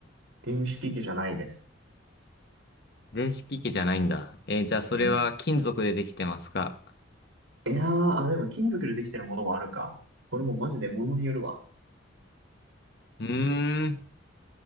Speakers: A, on the right; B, on the left.
A: 電子機器じゃないです。
B: 電子機器じゃないんだ。えーじゃあ、それは金属でできてますか
A: うん。いやー、あ、でも金属でできてるものもあるか。これもマジで物によるわ。
B: うーん、